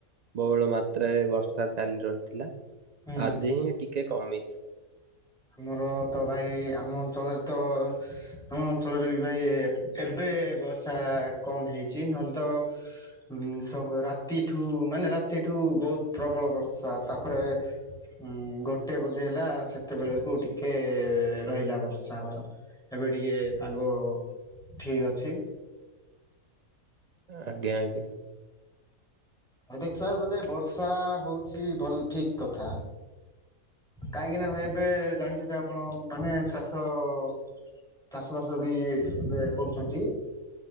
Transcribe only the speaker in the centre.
ହୁଁ
ଆମର ତ ଭାଇ ଆମ ଅଞ୍ଚଳରେ ତ ଆମ ଅଞ୍ଚଳରେ ବି ଭାଇ ଏ ଏ ଏବେ ବର୍ଷା କମ୍ ହେଇଛି ନହେଲେ ତ ଉଁ ସ ରାତିଠୁ ମାନେ ରାତିଠୁ ବହୁତ ପ୍ରବଳ ବର୍ଷା ତାପରେ ହୁଁ ଗୋଟେ ବୋଧେ ହେଲା ସେ ତେବେଳକୁ ଟିକେ ଏ ଏ ଏ ରହିଲା ବର୍ଷା ହବାର ଏବେ ଟିକେ ପାଗ ଠିକ୍ ଅଛି।
ଆଉ ଦେଖିବାକୁ ଗଲେ ବର୍ଷା ଆ ଆ ହଉଛି ଭଲ ଠିକ୍ କଥା। କାହିଁକି ନା ହଁ ଏବେ ଜାଣିଚ ଟି ଆପଣ ମାନେ ଚାଷ ଅ ଅ ଚାଷ ବାସ ବି ଏ ଏବେ କରୁଛନ୍ତି।